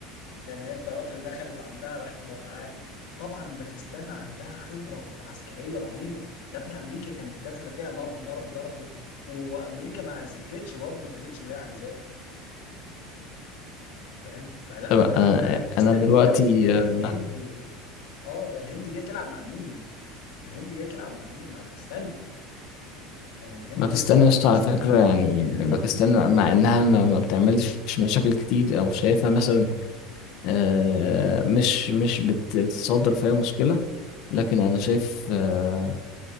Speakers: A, on the left; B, on the left.
A: يعني هي الطيارات اللي دخلت عندها راحت موقعاها طبعا باكستان عندها خبره في عسكريه رهيبه يا ابني امريكا كانت داخله فيها ضرب ضرب ضرب وامريكا ما سلكتش برضه ما خدتش اللي هي عايزاه فاهم فلا
B: طب
A: آه،
B: انا
A: لا باكستان
B: انا دلوقتي
A: انت انت جاي
B: آه،
A: الهند اه الهند جايه تلعب مع مين الهند جايه تلعب مع مين مع باكستان يعني الهند
B: باكستان
A: جايه تلعب
B: يا
A: مع
B: اسطى
A: باكستان
B: على فكره يعني باكستان مع انها ما ما بتعملش مشاكل كتير او شايفها مثلا آه، مش مش بت- بتتصدر فيها مشكله لكن انا شايف آه،